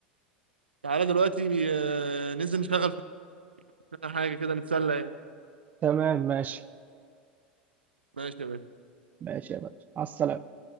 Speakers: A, on the right; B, on the right.
A: تعالى دلوقتي آه، ننزل نشتغل في حاجة كده نتسلى يعني
B: تمام ماشي
A: ماشي يا باشا
B: ماشي يا باشا على السلامة